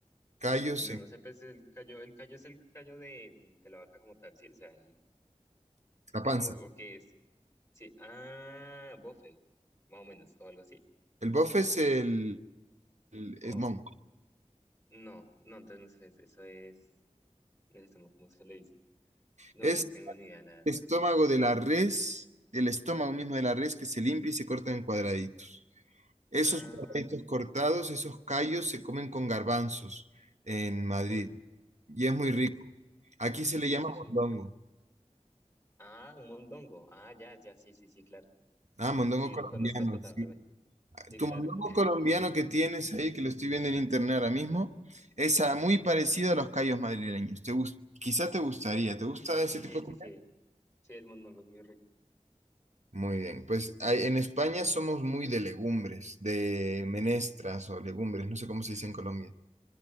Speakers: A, on the right; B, on the left.
A: callos
B: no,
A: en
B: no sé, pues el callo, el callo es el callo de, de la vaca como tal, sí, o sea, el,
A: la panza.
B: o, o qué es, sí, ah, bofe, más o menos, o algo así,
A: El bofe es el, el-
B: o,
A: el jamón.
B: no, no, entonces no sé, eso es, no sé cómo se le dice. No,
A: Es
B: no tengo ni idea, la verdad.
A: el estómago de la res, el estómago mismo de la res que se limpia y se corta en cuadraditos. Esos
B: Ah,
A: cuadraditos cortados, esos callos se comen con garbanzos en Madrid
B: uy.
A: y es muy
B: ¿ve?
A: rico. Aquí se le
B: Sí,
A: llama
B: sí, sí.
A: mondongo.
B: Ah, un mondongo. Ah, ya, ya, sí, sí, sí, claro.
A: Ah, mondongo
B: Sí,
A: colombiano.
B: lo conozco totalmente.
A: sí.
B: Sí,
A: Tu
B: claro.
A: mondongo
B: <laughs>
A: colombiano que tienes ahí, que lo estoy viendo en internet ahora mismo, es ah, muy parecido a los callos madrileños. Te gus- quizá te gustaría. ¿Te gusta ese
B: Sí,
A: tipo de
B: sí,
A: comida?
B: sí. Sí, el mondongo es muy rico.
A: Muy bien. Pues ah, en España somos muy de legumbres, de menestras o legumbres, no sé cómo se dice en Colombia.